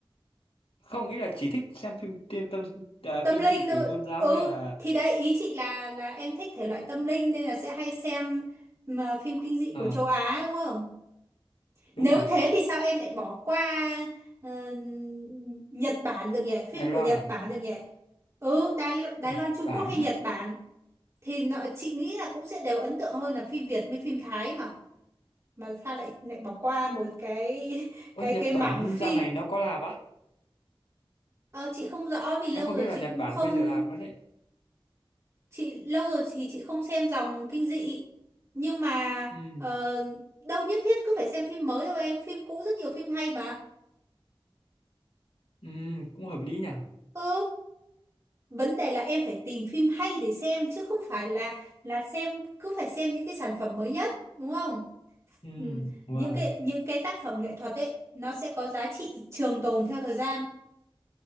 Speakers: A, on the left (about 75°); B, on the right (about 30°).
A: không nghĩ là chỉ thích xem phim tiêm tâm ờ,
B: Tâm
A: kinh
B: linh
A: dị
B: thôi.
A: kiểu tôn giáo
B: Ừ,
A: như là
B: thì đấy ý chị là là em thích thể loại tâm linh nên là sẽ hay xem mà phim kinh dị
A: ờ
B: của châu Á đúng không?
A: đúng
B: Nếu
A: rồi
B: thế thì sao em lại bỏ qua ờ, Nhật Bản được nhỉ? Phim
A: Đài Loan
B: của Nhật
A: à
B: Bản được nhỉ? Ừ, Đài, Lo- Đài
A: Nhật
B: Loan Trung
A: Bản
B: Quốc hay Nhật
A: á
B: Bản thì nó, chị nghĩ là cũng sẽ đều ấn tượng hơn là phim Việt với phim Thái mà. mà sao lại lại bỏ qua một cái <laughs>
A: Ôi,
B: cái
A: Nhật
B: cái
A: Bản
B: mảng phim
A: dạo này nó có làm á
B: ờ, chị không rõ vì
A: em
B: lâu
A: không
B: rồi
A: biết là
B: chị
A: Nhật
B: cũng
A: Bản
B: không
A: bây giờ làm nữa đấy
B: chị lâu rồi thì chị không xem dòng kinh dị nhưng mà
A: ừ
B: ờ, đâu nhất thiết cứ phải xem phim mới đâu em phim cũ rất nhiều phim hay mà
A: Ừ, cũng hợp lý nhỉ.
B: ừ vấn đề là em phải tìm phim hay để xem chứ không phải là là xem cứ phải xem những cái sản phẩm mới nhất đúng không
A: Ừ,
B: ừ,
A: wow.
B: những cái những cái tác phẩm nghệ thuật ấy nó sẽ có giá trị trường tồn theo thời gian